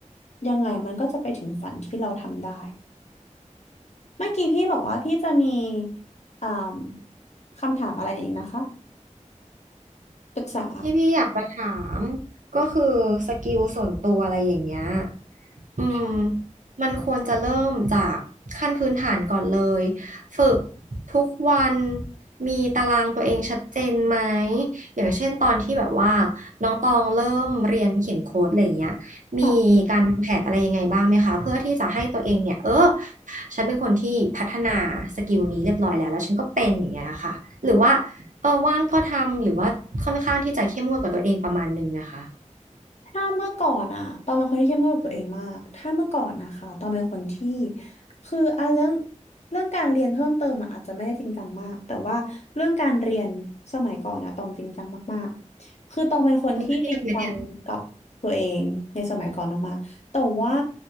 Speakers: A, on the left; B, on the right.
A: ยังไงมันก็จะไปถึงฝันที่เราทำได้ เมื่อกี้พี่บอกว่าพี่จะมีอ่ามคำถามอะไรอีกนะคะปรึกษา
B: ที่พี่อยากมาถามก็คือสกิลส่วนตัวอะไรอย่างเงี้ยอืม
A: ค่ะ
B: มันควรจะเริ่มจากขั้นพื้นฐานก่อนเลยฝึกทุกวันมีตารางตัวเองชัดเจนไหมอย่างเช่นตอนที่แบบว่าน้องตองเริ่มเรียนเขียนโค้ดอะไรอย่างเงี้ยมีการวางแผนอะไรยังไงบ้างไหมคะเพื่อที่จะให้ตัวเองเนี่ยเออ
A: ค่ะ
B: ฉันเป็นคนที่พัฒนาสกิลนี้เรียบร้อยแล้วแล้วฉันก็เป็นอย่างเงี้ยค่ะหรือว่า เออว่างก็ทำหรือว่าค่อนข้างที่จะเข้มงวดกับตัวเองประมาณหนึ่งนะคะ
A: ถ้าเมื่อก่อนอะตอนเป็นคนที่เข้มงวดกับตัวเองมาก ถ้าเมื่อก่อนนะคะ ตอนเป็นคนที่คืออ่ะเรื่องเรื่องการเรียนเพิ่มเติมอะอาจจะไม่ได้จริงจังมาก แต่ว่าเรื่องการเรียนสมัยก่อนอะตองจริงจังมากๆคือตองเป็นคนที่จริงจังกับตัวเองในสมัยก่อนออกมาแต่ว่า
B: จนเครียดไหมเนี่ย